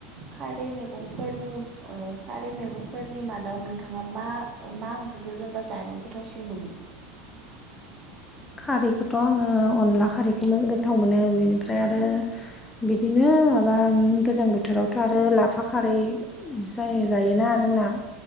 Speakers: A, on the right (about 35°); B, on the left (about 15°).
A: खारै मैगंफोरनि ओ खारै मैगंफोरनि मादाव नोंथाङा मा। मा ओंख्रिखौ जेनबा जानो गोथावसिन मोनो?
B: खारैखौथ' आङो अनला खारैखौ गोथाव मोनो बेनिफ्राय ओमफ्राय आरो बिदिनो माबा गोजां बोथोरावथ' आरो लाफा खारै। जा जायोना जोंना